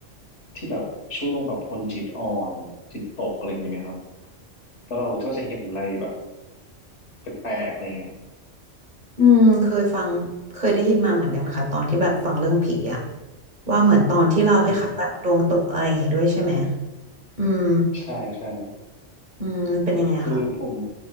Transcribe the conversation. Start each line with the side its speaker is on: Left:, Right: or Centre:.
Left: ที่แบบช่วงแบบคนจิตอ่อนจิตตกอะไรอย่างนี้ไหมครับแล้วเราก็จะเห็นอะไรแบบ แปลกๆอะไรเงี้ย
Right: อืมเคยฟังเคยได้ยินมาเหมือนกันค่ะตอนที่แบบฟังเรื่องผีอะว่าเหมือนตอนที่เล่าให้ค่ะแบบดวงตกอะไรอย่างงี้ด้วยใช่ไหม
Left: อืม
Right: อืม
Left: ใช่ใช่
Right: อืมมันเป็นยังไงอะคะ
Left: คือผม